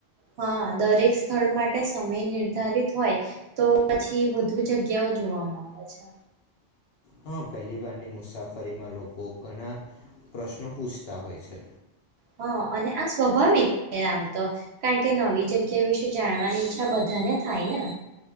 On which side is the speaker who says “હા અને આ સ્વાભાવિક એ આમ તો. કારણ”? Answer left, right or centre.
Right